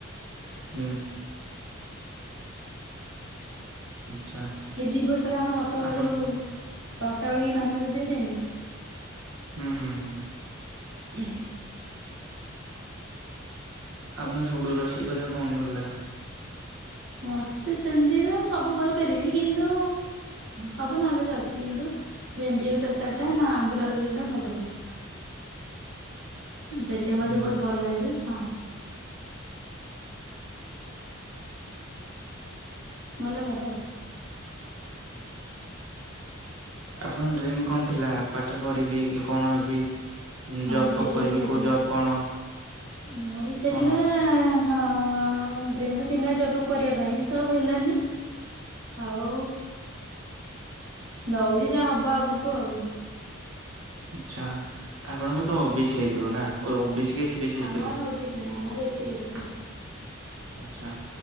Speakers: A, on the right; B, on the right.
A: ହୁଁ ଆଚ୍ଛା
B: ଏଇ ଦି ବର୍ଷ ତଳେ ଆମ ରସ
A: ଆପଣ
B: ଯୋଉ ରସାବଳୀ କି ମାନ୍ୟତା ଦିଆଯାଇନି?
A: ହୁଁ, ହୁଁ, ହୁଁ।
B: <unintelligible>
A: ଆପଣଙ୍କୁ ସବୁଠୁ ରୋଷେଇ କରିବା କଣ ଭଲ ଲାଗେ?
B: ମତେ ସେମିତି ତ ମୁ ସବୁ କରିପାରିବି କିନ୍ତୁ ସବୁ ନଲେଜ ଅଛି କିନ୍ତୁ ଭେଣ୍ଡିଆଳୁ ତରକାରୀଟା ନା ଆମ୍ବୁଲା ଆଳୁ ଝୋଳଟା ଭଲ ହୁଏ। ସେଇଟାବି ମତେ
A: ହୁଁ
B: ବହୁତ ଭଲ ଲାଗେ ହଁ। ଭଲ କରେ ଆଉ।
A: ଆପଣଙ୍କ ଡ୍ରିମ୍ କଣ ଥିଲା? ପାଠ ପଢିବି କି କଣ ହେବି?
B: ହଁ
A: ଜବ୍ ଫବ୍
B: ସେଇଟା
A: କରିବି
B: ଇଛା
A: କୋଉ
B: ଥିଲା
A: ଜବ୍ କଣ
B: ମୋର ଇଛା
A: କଣ
B: ଥିଲା ହଁ। ହଁ ଡ୍ରିମ ତ ଥିଲା ଜବ ଫବ କରିବା ପାଇଁ ତ ହେଲାନି। ଆଉ ଦଉଛି ଯାହା ହବ ଆଗକୁ ଆଉ?
A: ଆଛା ଆପଣଙ୍କର ତ ଓବିସି ହେଇଥିବ ନା ଓ ଓବିସି କି ଏସି ବିସି ହେଇଥିବ
B: ଆମରଓବିସି ନହିଁ ଆମର ଏସି ବିସି।
A: ଆଛା